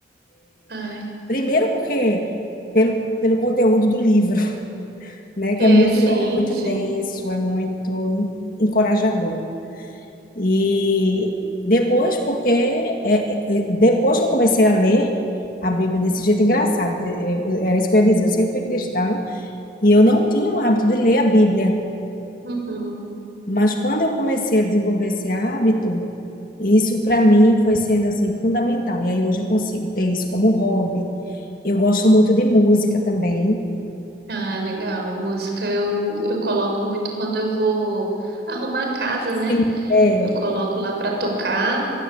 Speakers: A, on the right; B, on the left.
A: Ai.
B: Primeiro porque pelo, pelo conteúdo do livro, <laughs> né,
A: É,
B: que é muito
A: sim,
B: é muito
A: sim.
B: denso, é muito encorajador. E depois porque é, é, depois que eu comecei a ler a Bíblia desse jeito engraçado, é, é, era isso que eu ia dizer. Eu sempre fui cristã e eu não tinha o hábito de ler a Bíblia.
A: Uhum.
B: Mas quando eu comecei a desenvolver esse hábito, isso para mim foi sendo assim fundamental. E aí hoje eu consigo ter isso como hobby. Eu gosto muito de música também.
A: Ah, legal. Música eu, eu coloco muito quando eu vou arrumar a casa,
B: Sim,
A: né?
B: é.
A: Eu coloco lá pra tocar